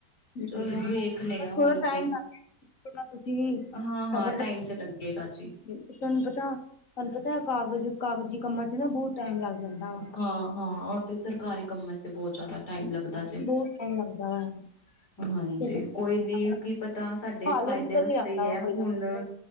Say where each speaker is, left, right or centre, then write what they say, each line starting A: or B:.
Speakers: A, on the left; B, on the left.
A: ਹੁੰ
B: ਚਲੋ
A: ਹੁੰ
B: ਵੇਖਣੇ
A: ਪਰ
B: ਆ ਹੁਣ
A: ਥੋੜਾ ਟਾਈਮ
B: ਕੀ
A: ਲੱਗ ਗਿਆ ਕੋਈ ਨਾ ਤੁਸੀਂ
B: ਹਾਂ-ਹਾਂ
A: ਖਬਰ
B: ਟਾਈਮ ਤੇ ਲੱਗੇਗਾ ਜੀ
A: ਤੇ ਤੁਹਾਨੂੰ ਪਤਾ, ਤੁਹਾਨੂੰ ਪਤਾ ਕਾਗਜ਼ ਕਾਗਜ਼ੀ ਕੰਮਾਂ ਚ ਨਾ, ਬਹੁਤ ਟਾਈਮ ਲੱਗ ਜਾਂਦਾ, ਵਾ
B: ਹਾਂ ਹਾਂ ਓ ਤੇ ਸਰਕਾਰੀ ਕੰਮਾਂ ਚ, ਬਹੁਤ ਜ਼ਿਆਦਾ ਟਾਈਮ ਲੱਗਦਾ, ਜੇ
A: ਬਹੁਤ ਟਾਈਮ ਲੱਗਦਾ ਵਾ
B: ਹਾਂਜੀ,
A: ਤੇ ਫਿਰ
B: ਕੋਈ ਨਈ, ਕੀ ਪਤਾ ਸਾਡੇ
A: ਹੱਲ
B: ਫਾਇਦੇ,
A: ਨਿਕਲ
B: ਵਾਸਤੇ
A: ਆਂਦਾ
B: ਹੀ ਹੈ,
A: ਵਾ ਕੋਈ
B: ਹੁਣ
A: ਨਾ ਕੋਈ